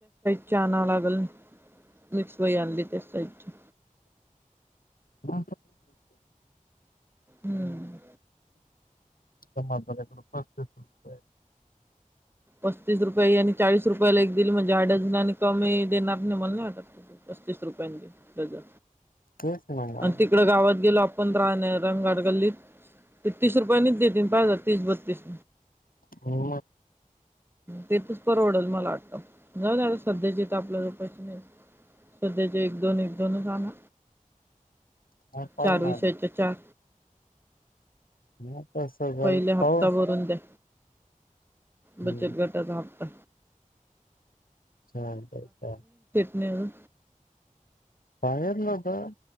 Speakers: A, on the right; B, on the left.
A: चहा आणाय लागल. मिक्स वई आणली त्या साईजची.
B: <unintelligible> त्या
A: हम्म
B: माणसाकडे पस्तीस रुपये आहेत.
A: पस्तीस रुपये आणि चाळीस रुपयाला एक दिली म्हणजे अर्धा डझन आणि कमी देणार नाही मला नाही वाटत. पस्तीस रुपयांनी घ्या डझन.
B: तेच ना मग.
A: आणि तिकड गावात गेलो आपण राहण रंगघाट गल्लीत ते तीस रुपया निच देतील तीस बत्तीस
B: हो.
A: तेथच परवडल मला वाटत जा सध्याच्या आपल्याजवळ पैसे नाहीत. सध्याचे एक दोन एक दोन च आना.
B: काय पाहू
A: चार
B: ना
A: विषयाच्या
B: आता.
A: चार
B: मग कसं जाईल
A: पहिल्या हप्ता
B: पाहू.
A: भरून द्या.
B: हम्म.
A: बचत गटाचा हप्ता.
B: छान करता.
A: नऊ.
B: पाणीच नव्हतं